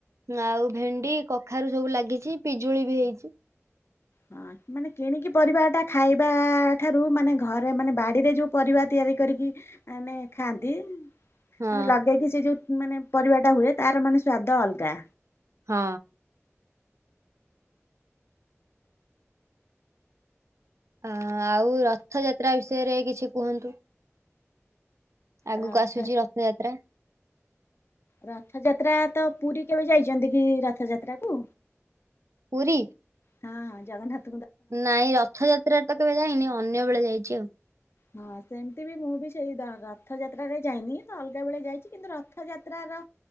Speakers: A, on the right (about 70°); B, on the left (about 55°).
A: ଆଉ ଭେଣ୍ଡି କଖାରୁ ସବୁ ଲାଗିଛି ପିଜୁଳି ବି ହେଇଚି।
B: ହଁ ମାନେ କିଣିକି ପରିବା ଟା ଖାଇବା ଠାରୁ ମାନେ ଘରେ ମାନେ ବାଡିରେ ଯୋଉ ପରିବା ତିଆରି ତିଆରି କରିକି ମାନେ ଖାଆନ୍ତି। ମାନେ
A: ହଁ
B: ଲଗେଇକି ସେ ଯୋଉ ମାନେ ପରିବା ଟା ହୁଏ ତାର ମାନେ ସ୍ଵାଦ ଅଲଗା।
A: ହଁ। ଅ ଆଉ ରଥଯାତ୍ରା ବିଷୟରେ କିଛି କୁହନ୍ତୁ? ଆଗକୁ
B: ରଥ
A: ଆସୁଛି ରଥଯାତ୍ରା
B: ରଥଯାତ୍ରା ତ ପୁରୀ କେବେ ଯାଇଛନ୍ତି କି ରଥଯାତ୍ରା କୁ?
A: ପୁରୀ?
B: ହଁ ହଁ ଜଗନ୍ନାଥ।
A: ନାଇଁ ରଥଯାତ୍ରା ତ କେବେ ଯାଇନି ଅନ୍ୟ ବେଳେ ଯାଇଛି ଆଉ।
B: ହଁ ସେମିତି ବି ମୁଁ ବି ସେଇ ରଥଯାତ୍ରାରେ ଯାଇନି ତ ଅଲଗା ବେଳେ ଯାଇଛି କିନ୍ତୁ ରଥଯାତ୍ରାର